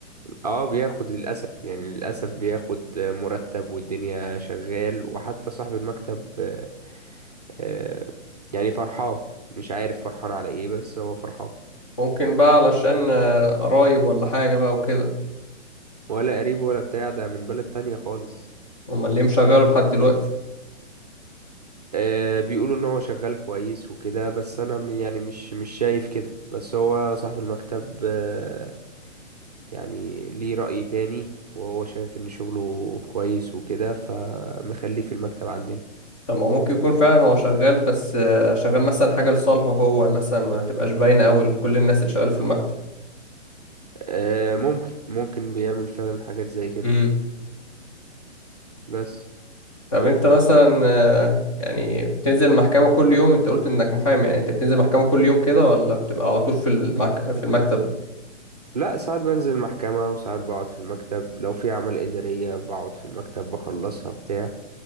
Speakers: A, on the right; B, on the left.
A: اه بياخد للاسف يعني للاسف بياخد آه، مرتب والدنيا شغال وحتى صاحب المكتب آه، آه، يعني فرحان مش عارف فرحان على ايه بس هو فرحان
B: ممكن بقى علشان آه، قرايب ولا حاجة بقى وكده
A: ولا قريب ولا بتاع ده من بلد تانية خالص
B: امال ليه مشغله لحد دلوقتي
A: آه بيقولوا ان هو شغال كويس وكده بس انا م- يعني مش مش شايف كده بس هو صاحب المكتب آه يعني ليه رأي تاني وهو شايف ان شغله كويس وكده فمخليه في المكتب عندنا
B: طب ما هو ممكن يكون فعلا هو شغال بس آه، شغال مثلا حاجة لصالحه هو مثلا ما تبقاش باينة قوي لكل الناس اللي شغالة في المكتب
A: آه ممكن ممكن بيعمل فعلا حاجات زي كده
B: امم
A: بس
B: طب انت مثلا آه، يعني بتنزل محكمة كل يوم انت قلت انك محامي يعني انت بتنزل محكمة كل يوم كده ولا بتبقى على طول في المك... في المكتب
A: لا ساعات بنزل المحكمة وساعات بقعد في المكتب لو في أعمال إدارية بقعد في المكتب بخلصها بتاع